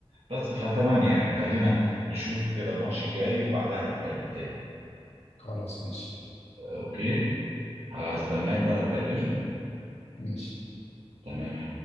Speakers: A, on the right; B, on the left.
A: بس فتمام يعني خلينا نشوف كده الماتش الجاي وبعدها نتكلم تاني
B: خلاص ماشي
A: اوكي هستناك
B: اوكي
A: بقى تكلمني
B: ماشي
A: تمام